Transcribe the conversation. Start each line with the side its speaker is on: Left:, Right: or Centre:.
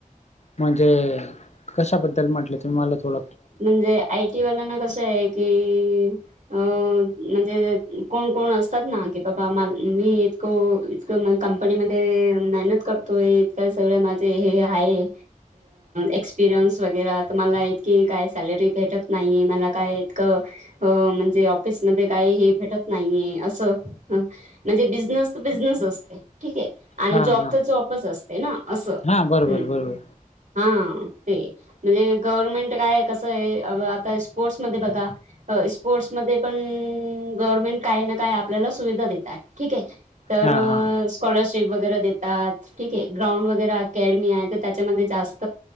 Left: म्हणजे कशाबद्दल म्हटल, तुम्ही मला थोड
Right: म्हणजे आयटी वाल्याना, कस आहे की अ. म्हणजे कोण कोण असतात ना की, बाबा मी हो, इतक म कंपनी मध्ये मेहनत करतोय इतक माझे हे-हे आहे एक्सपिरियन्स वगैरा तर मला इतक. काय सॅलरी भेटत नाहीये, मला काय इतक. हो. म्हणजे ऑफिसमध्ये काही हे भेटत नाहीये अस. म्हणजे बिझनेस तर बिझनेस असतय, ठीके. आणि
Left: हा
Right: जॉब
Left: हा
Right: तर जॉबच असते ना अस.
Left: हा बरोबर
Right: ह्
Left: बरोबर
Right: हा, ते म्हणजे गवर्मेंट काय आहे, कस आहे आता स्पोर्ट्स मध्ये बघा स्पोर्ट्समध्ये पण गव्हर्मेंट काय ना काय आपल्याला सुविधा देतात, ठीक आहे. तर
Left: हा हा
Right: स्कॉलरशिप वगैरे देतात. ठीके. ग्राउंड वगैरे अकॅडमी आहे, तर त्याच्यामध्ये जास्त